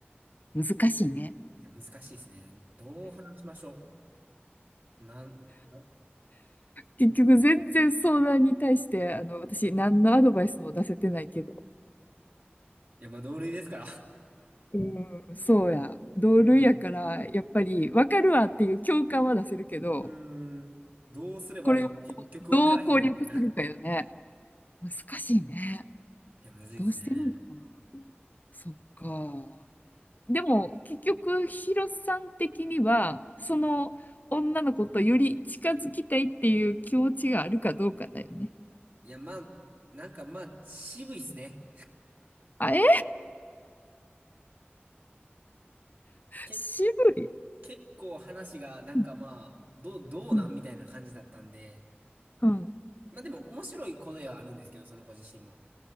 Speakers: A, on the left (about 45°); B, on the right (about 50°).
A: 難しいね。
B: いや、難しいですね。どう話しましょう。なん、な、い
A: 結局全然相談に対して、あの、私何のアドバイスも出せてないけど、
B: や、まあ、同類ですから。<laughs>
A: うん、そうや。同類やから、
B: うん。
A: やっぱり分かるわっていう共感は出せるけど、
B: うん。どうすればええんか、
A: これを
B: 結局わからへんみたいな。
A: どう攻略するかよね。難しいね。
B: いや、むずいですね。
A: どうしてるのかな。そっか。でも、結局、ヒロさん的には、その女の子とより近づきたいっていう気持ちがあるかどうかだよね。
B: いや、まあ、なんかまあ、渋いっすね。
A: あ、え
B: け、
A: 渋い。
B: 結構話が、なんかまあ、
A: うん
B: どう、どうなんみたいな感じだったんで。
A: うんうん、
B: まあでも、面白い答えはあるんですけど、その子自身も。